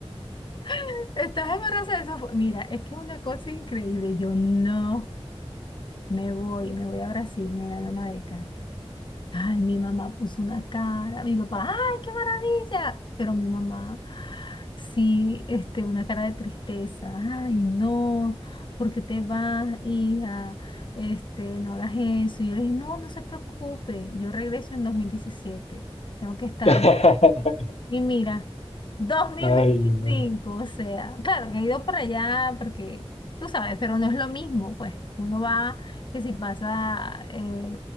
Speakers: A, on the left; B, on the left.
A: <laughs> estás embarazada, eso fue- Mira, es que es una cosa increíble. Yo no me voy, me voy a Brasil, me gané una beca. Ay, mi mamá puso una cara, mi papá, ¡ay, qué maravilla! Pero mi mamá, sí, este, una cara de tristeza, ¡ay, no! ¿Por qué te vas, hija? Este, no hagas eso. Y yo le dije, no, no se preocupe, yo regreso en 2017. tengo que estar
B: <laughs>
A: en y mira, dos mil
B: Ay,
A: veinticinco
B: no.
A: o sea, claro que he ido para allá porque tú sabes, pero no es lo mismo, pues uno va que si pasa eh,